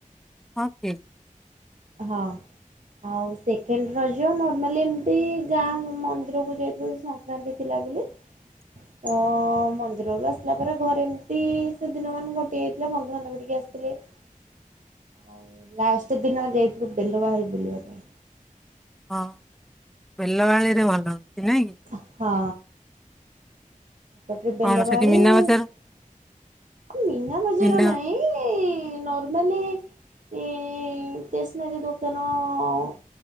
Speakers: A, in the centre; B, on the right.
A: ହଁ କି?
B: ହଁ। ଆଉ ସେକେଣ୍ଡ ରଜ ନର୍ମାଲି ଏମିତି ଗାଁ ମନ୍ଦିରକୁ ଯାଇଥିଲି ସାଙ୍ଗ୍ ମନ୍ଡେ ଥିଲା ବୋଲି। ତ ମନ୍ଦିରରୁ ଆସିଲା ପରେ ଘରେ ଏମିତି ସେଦିନ ମାନେ ଗୋଟିଏ ବନ୍ଧୁବାନ୍ଧବ ଟିକେ ଆସିଥିଲେ ଆଉ ଲାଷ୍ଟ ଦିନ ଯାଇଥିଲୁ ବେଲ ବାହାରି ବୁଲିବା ପାଇଁ।
A: ହଁ ବେଲବାଳିରେ ଭଲ ହଉଚି ନାଇଁ କି?
B: ହଁ। ତାପରେ ବେଲବାଳି
A: କଣ ସେଠି ମୀନା
B: ଏ
A: ବଜାର
B: ମିନା ବଜାର
A: ମୀନା
B: ନାଇଁ। ଏଇ ଇ-ଇ ନର୍ମାଲି କି ଟେସ୍ନାରୀ ଦୋକାନ ଅ-ଅ-ଅ